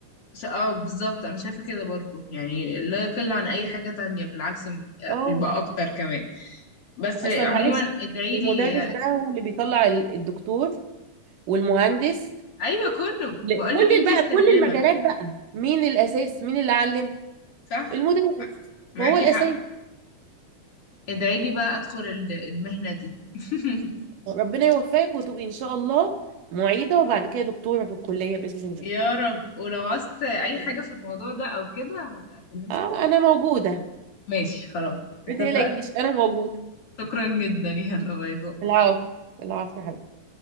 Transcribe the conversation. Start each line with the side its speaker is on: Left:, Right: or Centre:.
Left: ش- اه بالظبط انا شايفه كده برضو يعني لا يقل عن اي حاجه تانية بالعكس
Right: اه
Left: يبقى اكتر كمان بس
Right: اصلا
Left: عموما
Right: معلش
Left: ادعيلي
Right: المدرس ده هو اللي بيطلع ال- الدكتور والمهندس
Left: ايوه كله
Right: ل-
Left: بقولك
Right: كل
Left: انتي
Right: بقى
Left: سلمه
Right: كل المجالات بقى مين الاساس مين اللي علم
Left: صح
Right: المدرس
Left: معاكي
Right: هو الاساس
Left: حق ادعي لي بقى ادخل ال- المهنة دي <laughs>
Right: ربنا يوفقك وتبقي ان شاء الله معيده وبعد كده دكتوره في الكليه باذن
Left: يا رب ولو عوزت اي
Right: الله
Left: حاجة في الموضوع ده او كده هبقى اكلمك
Right: آه
Left: على طول
Right: انا موجوده
Left: ماشي خلاص اتفقنا
Right: ما تقلقيش انا موجوده
Left: شكرا جدا يلا باي باي
Right: العفو العفو يا حبيبتي